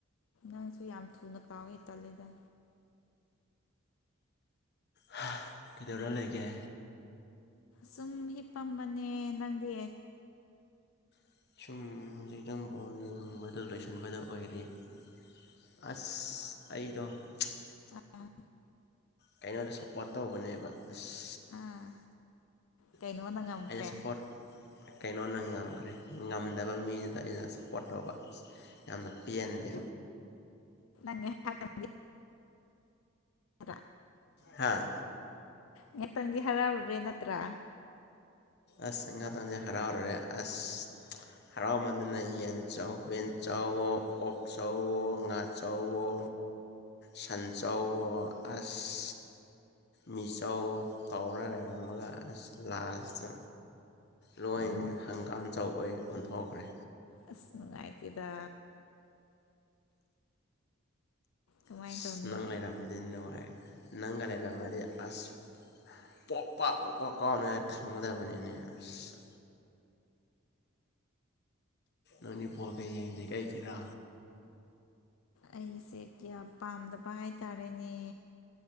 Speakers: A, on the left; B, on the left.
A: ꯅꯪꯁꯨ ꯌꯥꯝ ꯊꯨꯅ ꯀꯥꯎꯋꯦ ꯇꯜꯂꯦꯗ
B: ꯍꯥ ꯀꯩꯗꯧꯔꯥ ꯂꯩꯒꯦ
A: ꯁꯨꯝ ꯍꯤꯞꯄꯝꯕꯅꯦ ꯅꯪꯗꯤ
B: UNINTELLIGIBLE ꯑꯥꯁ ꯑꯩꯗꯣ
A: ꯑꯥ
B: ꯀꯩꯅꯣꯗ ꯁꯞꯄꯣꯔꯠ ꯇꯧꯕꯅꯦꯕ ꯑꯁ
A: ꯑꯥ ꯀꯩꯅꯣꯅ
B: <unintelligible>
A: ꯉꯝꯈ꯭ꯔꯦ
B: ꯑꯩꯅ ꯁ ꯞꯄꯣꯔꯠ ꯀꯩꯅꯣꯅ ꯉꯝꯈ꯭ꯔꯦ ꯉꯝꯗꯕ ꯃꯤꯗꯨꯗ ꯑꯩꯩ ꯁꯞ ꯄꯣꯔꯠ ꯇꯧꯕ ꯌꯥꯝꯅ ꯄꯦꯟꯗꯦ
A: ꯅꯪꯒꯤ <unintelligible> <unintelligible>
B: ꯍꯥꯥ
A: ꯉꯥꯛꯇꯪꯗꯤ ꯍꯔꯥꯎꯔꯨꯔꯦ ꯅꯠꯇ꯭ꯔ
B: ꯑꯁ ꯉꯍꯥꯛꯇꯪꯗꯤ ꯍꯔꯥꯎꯔꯔꯦ ꯑꯁ ꯍꯔꯥꯎꯃꯥꯟꯗꯅ ꯑꯩ ꯌꯦꯟ ꯆꯥꯎ ꯌꯦꯟ ꯆꯥꯎꯋꯣ ꯑꯣꯛ ꯆꯥꯎꯋꯣ ꯉꯥ ꯆꯥꯎꯋꯣ ꯁꯟ ꯆꯥꯎꯋꯣ ꯑꯁ ꯃꯤꯆꯥꯎꯋꯣ ꯇꯧꯔ ꯂꯩꯔꯝꯃꯒ ꯑꯁ ꯂꯥꯁꯇ ꯂꯣꯏꯅꯤ
A: ꯑꯪ
B: ꯍꯪꯒꯥꯝꯖꯥꯎ ꯑꯣꯏ ꯑꯣꯊꯑꯣꯛꯈ꯭ꯔꯦ
A: ꯑꯁ ꯅꯨꯡꯉꯥꯏꯇꯦꯗ ꯀꯃꯥꯏꯅ
B: ꯑꯁ
A: ꯇꯧꯅꯤ
B: ꯅꯪ ꯂꯩꯔꯝꯃꯗꯤ ꯅꯨꯉꯥꯏ ꯅꯪꯒꯥꯥ ꯂꯩꯔꯝꯃꯗꯤ ꯑꯁ ꯄꯣꯛ ꯄꯥꯛ ꯄꯣꯛ ꯄꯥꯛ ꯀꯥꯎꯅꯉꯥꯏ ꯍꯥꯏ ꯊꯝꯒꯗꯕꯅꯤꯅꯦ ꯑꯁ ꯅꯪꯗꯤ ꯕꯣꯜꯒ ꯌꯦꯡꯗ꯭ꯔꯤ ꯀꯩꯒꯤꯔꯥ
A: ꯑꯩꯁꯦ ꯀꯌꯥ ꯄꯥꯝꯗꯕ ꯍꯥꯏꯇꯥꯔꯦꯅꯦ